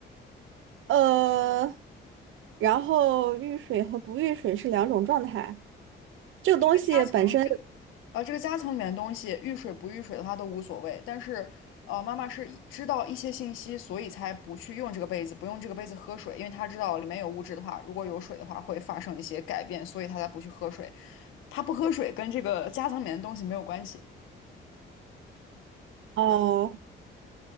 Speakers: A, on the right; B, on the left.
A: 呃，然后遇水和不遇水是两种状态。这个东西本身，
B: 这个夹层，这个呃，这个夹层里面的东西，遇水不遇水的话都无所谓。但是呃，妈妈是以知道一些信息，所以才不去用这个杯子，不用这个杯子喝水，因为她知道里面有物质的话，如果有水的话会发生一些改变，所以她才不去喝水。她不喝水跟这个夹层里面的东西没有关系，
A: 哦，